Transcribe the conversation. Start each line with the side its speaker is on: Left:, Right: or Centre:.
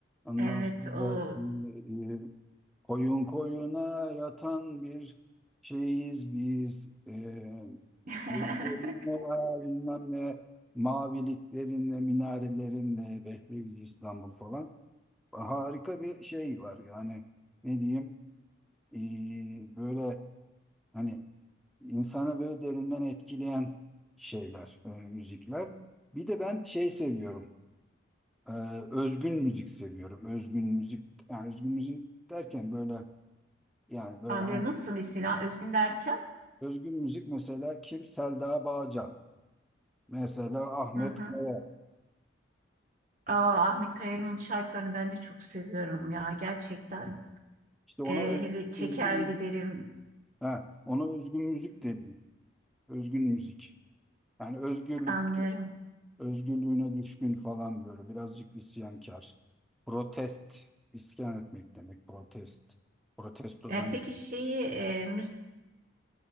Centre: ondan
Right: Evet
Centre: sonra
Right: o
Centre: e, e, koyun koyuna yatan bir şeyiz biz ee,
Right: <laughs>
Centre: göklerinle bilmem ne maviliklerinle minarelerinle bekle bizi İstanbul falan harika bir şey var yani ne diyeyim Ee, böyle hani insanı böyle derinden etkileyen şeyler, e, müzikler. Bir de ben şey seviyorum. e, özgün müzik seviyorum. Özgün müzik yani özgün müzik derken böyle yani böyle
Right: anlıyorum.
Centre: hani
Right: Nasıl mesela Özgün derken?
Centre: özgün müzik mesela kim? Selda Bağcan. Mesela Ahmet
Right: Hı hı.
Centre: Kaya.
Right: Aa, Ahmet Kaya'nın şarkılarını ben de çok seviyorum ya gerçekten.
Centre: İşte ona
Right: Ee,
Centre: öz-
Right: hele çeker
Centre: özgün müzik
Right: giderim
Centre: ha, ona özgün müzik deniyor. Özgün müzik. Yani özgürlük
Right: anlıyorum.
Centre: özgürlüğüne düşkün falan böyle birazcık isyankar. Protest, isyan etmek demek protest. Protestodan
Right: Ee, peki
Centre: gibi.
Right: şeyi e,